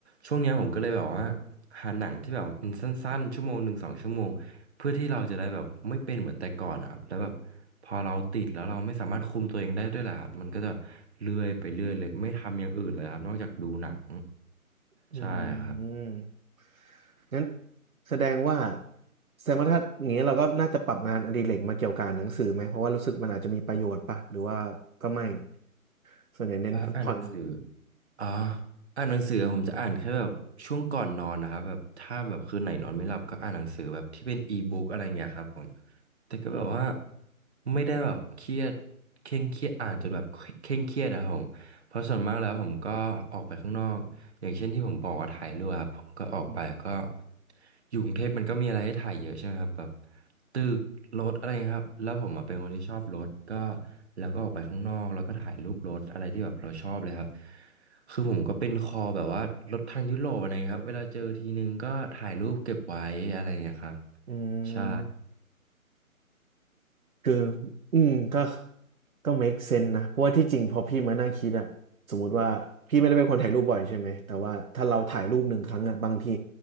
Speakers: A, on the right; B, on the right.
A: ช่วงเนี้ยผมก็เลยแบบว่าหาหนังที่แบบมันสั้นๆชั่วโมงหนึ่งสองชั่วโมง เพื่อที่เราจะได้แบบไม่เป็นเหมือนแต่ก่อนนะครับแล้วแบบพอเราติดแล้วเราไม่สามารถคุมตัวเองได้ด้วยแหละครับมันก็จะเลื่อยไปเรื่อยเลยไม่ทำอย่างอื่นเลยครับนอกจากดูหนัง
B: อื
A: ใช่ครับ
B: ม งั้นแสดงว่าแสดงว่าถ้าอย่างนี้เราก็น่าจะปรับงานอดิเรกมาเกี่ยวกับหนังสือไหมเพราะว่ารู้สึกมันอาจจะมีประโยชน์ป่ะหรือว่าก็ไม่ส่วนใหญ่เน้นพักผ่อน
A: อ่าอ่านหนังสือ อ่าอ่านหนังสือผมจะอ่านแค่แบบช่วงก่อนนอนนะครับแบบถ้าแบบคืนไหนนอนไม่หลับก็อ่านหนังสือแบบที่เป็นอีบุ๊กอะไรเงี้ยครับผมแต่ก็แบบว่า
B: อืม
A: ไม่ได้แบบเครียดเคร่งเครียดอ่านจนแบบเคร่งเครียดนะครับผมเพราะส่วนมากแล้วผมก็ออกไปข้างนอกอย่างเช่นที่ผมบอกว่าถ่ายรูปครับผมก็ออกไปก็
B: อืม
A: อยู่กรุงเทพมันก็มีอะไรให้ถ่ายเยอะใช่ไหมครับแบบตึกรถอะไรครับแล้วผมอะเป็นคนที่ชอบรถก็แล้วก็ออกไปข้างนอกแล้วก็ถ่ายรูปรถอะไรที่แบบเราชอบเลยครับ คือผมก็เป็นคอแบบว่ารถทางยุโรปอะไรเงี้ยครับ เวลาเจอทีนึงก็ถ่ายรูปเก็บไว้อะไรเงี้ยครับ
B: อืม
A: ใช่
B: คืออืมก็ก็ make sense นะเพราะว่าที่จริงพอพี่มานั่งคิดอะสมมุติว่าพี่ไม่ได้เป็นคนถ่ายรูปบ่อยใช่ไหมแต่ว่าถ้าเราถ่ายรูปหนึ่งครั้งอะบางที